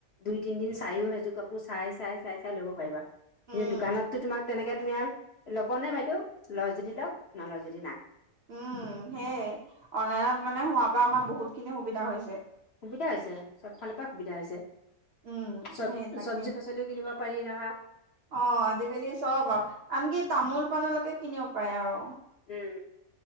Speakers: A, on the left; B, on the right.
A: দুই তিনদিন চায়ও সেইযোৰ কাপোৰ চাই চাই চাই চাই ল'ব পাৰিবা।
B: উম
A: এই দোকানত তো তোমাক তেনেকে তুমি আৰু ল'বনে বাইদেউ লয় যদি লওক নলয় যদি নাই।
B: উম, সেয়ে অনলাইনত মানে হোৱাৰ পৰা আমাৰ বহুতখিনি সুবিধা হৈছে।
A: সুবিধা হৈছে চব ফালৰ পৰা সুবিধা হৈছে
B: উম
A: চব
B: সেই তাকে
A: চব্জি পাচলিও কিনিব পাৰি ধৰা
B: অ', আজিকালি চব আৰু আনকি তামোল পাণলৈকে কিনিব পাৰে আৰু।
A: উম।